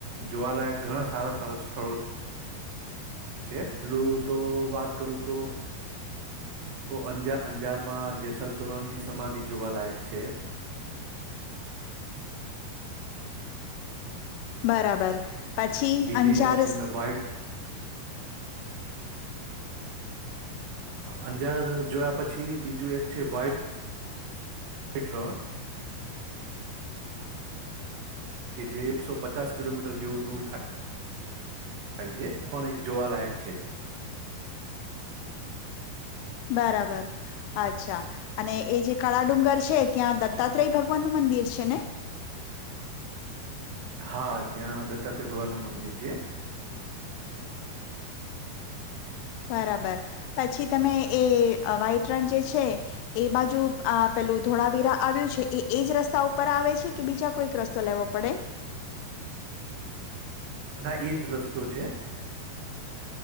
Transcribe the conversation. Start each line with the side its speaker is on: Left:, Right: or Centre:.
Right: જોવાલાયક ઘણા સારા સારા સ્થળો છે, પેલું તો વાત કરું તો તો અંજારમાં જેસલતોરણની સમાધિ જોવાલાયક છે.
Left: બરાબર. પછી
Right: બીજી
Left: અંચારસ
Right: તો તમને વ્હાઈટ હા અંજાર જોયા પછી બીજું એક છે વઇટ હટલોનું. કે જે એક સો પચાસ કિલોમીટર જેવું દૂર થાયાય છે, પણ એક જોવાલાયક છે.
Left: બરાબર, અચ્છા અને એ જે કળા ડુંગર છે ત્યાં દત્તાત્રેય ભગવાન નું મંદિર છે ને.
Right: હા ત્યાં દત્તાત્રેય ભવાનનું મંદિર છે.
Left: બરાબર, પછી તમે એ વ્હાઈટ રન જે છે, એ બાજુ પેલું ધોળાવીરા આવ્યું છે એ એજ રસ્તા ઉપર આવે છે કે બીજા કોઈક રસ્તો લેવો પડે?
Right: ના એજ રસ્તો છે.